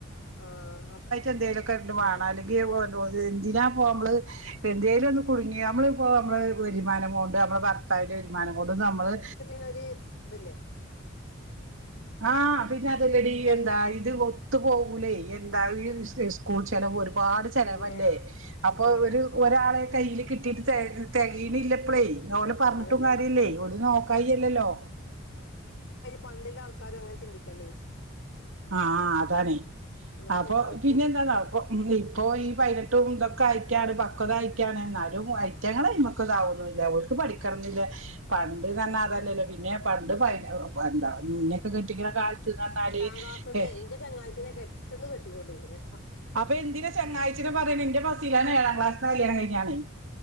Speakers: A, on the left; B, on the right.
A: ആഹ്
B: എന്തേലുംക്കെ
A: ആഹ്
B: വേണേലു എന്തിനാപ്പോ നമ്മള് എന്തേലും ഒന്ന് കുടുങ്ങിയ നമ്മള ഇപ്പോ നമ്മള് വരുമാനമോ നമ്മള് ഭർത്താവിന്റെ വരുമാനം കൊണ്ടും നമ്മള്
A: ഒര് ഇതില്ലേ
B: ആഹ് പിന്നെ അതെല്ലടി എന്താ ഇത് ഒത്തു പോകൂലേ എന്താ ഈ സ്കൂൾ ചെലവ് ഒരു ഒരുപാട് ചെലവല്ലേ
A: പിന്നെ
B: അപ്പൊ
A: പിന്നെ
B: ഒരു ഒരാളെ കയ്യിൽ കിട്ടിട്ട് തെകേണില്ലപ്പളേ ഓലെ പറഞ്ഞിട്ടും
A: അതന്നെ ഞാൻ
B: കാര്യല്ലേ
A: പറഞ്ഞേ
B: ഓല് നോക്കായി അല്ലല്ലോ
A: പണ്ട്ല്ലേലും ആൾക്കാരും അങ്ങനെ ചിന്തിക്കണ്ടേ
B: ആഹ് ആഹ് അതാണേ
A: എന്നാ
B: അപ്പൊ
A: ആർക്കും
B: പിന്നെ എന്താന്നോ ഇപ്പോ ഈ പൈനട്ട് ഇതൊക്കെ ആയിട്ടാണ് പക്വത ആയിട്ടാണ് എന്നാലും അയ് <unintelligible> ആവണില്ല ഓല്ക്ക് പഠിക്കണന്നില്ലെ പണ്ട് തന്നെ അതല്ലല്ലോ പിന്നെ പണ്ട് പ എന്താ ന്നെ കെട്ടിക്കണ കാലത്ത് പറഞ്ഞാല്
A: എട്ടാംക്ലാസ്ന്നെ
B: ഏ
A: ഇന്റെ ചങ്ങായ്ച്ചിനെ പെട്ട്ന്ന് കെട്ടിക്കൊണ്ടേയ്ക്കണ്
B: അപ്പൊ എന്തിനാ ചങ്ങായ്ച്ചനെ പറയ്ണ് ഇന്റെ ഫസിലാനെഏഴാം ക്ലാസ്സിന്നാ കല്യാണം കഴിഞ്ഞാണേ